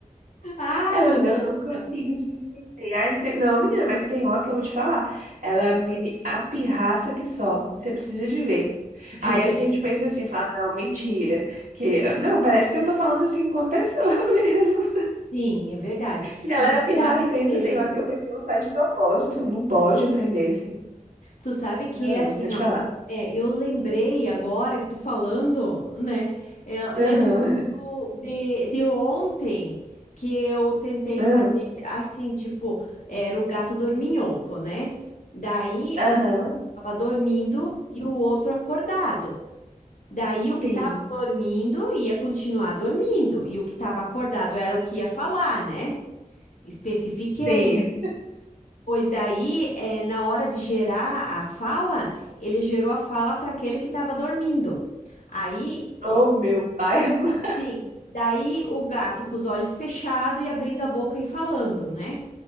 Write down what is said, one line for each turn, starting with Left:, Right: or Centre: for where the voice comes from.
Left: Ai,
Right: Ela,
Left: meu
Right: não
Left: Deus do céu.
Right: consigo te entender. Aí, não sei- não, menina, mas tem hora que eu vou te falar. Ela me apirraça que só. Você precisa de ver.
Left: <laughs>
Right: Aí a gente pensa assim, fala, não, mentira. Que, não, parece que eu tô falando assim com uma pessoa <laughs> mesmo.
Left: Sim, é verdade.
Right: E ela
Left: E
Right: é
Left: tu
Right: pirracenta.
Left: sabe que
Right: Tem hora que eu pensei, não faz de propósito.
Left: é,
Right: Não pode um trem desse.
Left: Tu sabe que
Right: Ah,
Left: é assim,
Right: pode
Left: ó.
Right: falar.
Left: É, eu lembrei agora que tu falando, né? é, lembrei
Right: Aham.
Left: do- de, de ontem que eu tentei
Right: Aham.
Left: fazer assim, tipo, era o gato dorminhoco, né? Daí
Right: Aham.
Left: um tava dormindo e o outro acordado. Daí o que
Right: Sim.
Left: tava dormindo ia continuar dormindo e o que tava acordado era o que ia falar, né? Especifiquei
Right: Sim.
Left: Pois daí, é, na hora de gerar a fala, ele gerou a fala para aquele que estava dormindo. Aí,
Right: Oh,
Left: o,
Right: meu pai.
Left: a-
Right: amado.
Left: sim, daí o gato com os olhos fechados e abrindo a boca e falando, né?